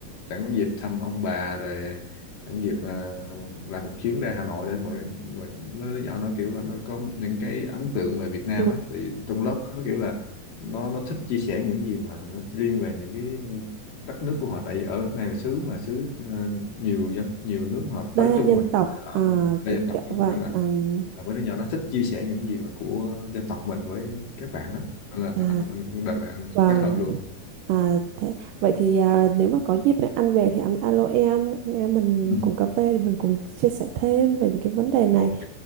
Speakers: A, on the left; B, on the right.
A: sẵn dịp thăm ông bà rồi sẵn dịp là làm một chuyến ra Hà Nội để mọi, mọi mấy đứa nhỏ nó kiểu là nó có những cái ấn tượng về Việt Nam
B: ừ,
A: á thì trong lớp nó kiểu là nó nó thích chia sẻ những gì mà nó riêng về những cái đất nước của họ tại vì ở này là xứ mà xứ ờ, nhiều dân nhiều nước họ
B: đa
A: tới chung
B: dân
A: mà
B: tộc
A: ở
B: à,
A: đây
B: cái
A: là Cộng
B: kiểu vậy.
A: á, nên là
B: ừm,
A: là mấy đứa nhỏ nó thích chia sẻ những gì mà của dân tộc mình với các bạn lắm Nên là
B: à,
A: anh đợt này anh
B: Vâng.
A: kết hợp luôn
B: À, thế, vậy thì à, nếu mà có dịp anh ăn về thì anh alo em, anh em mình
A: ừ.
B: cùng cà phê mình cùng chia sẻ thêm về những cái vấn đề này.
A: ok